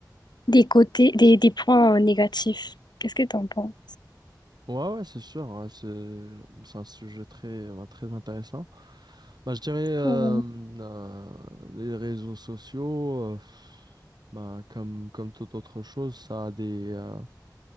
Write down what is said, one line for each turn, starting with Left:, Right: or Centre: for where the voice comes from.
Left: des côtés des, des points euh, négatifs? Qu'est-ce que tu en penses?
Right: Ouais, ouais, c'est sûr. ouais, c'est c'est un sujet très, bah, très intéressant. Bah, je dirais euh,
Left: Ouais,
Right: euh, les réseaux sociaux, euh, bah, comme, comme toute autre chose, ça a des, euh,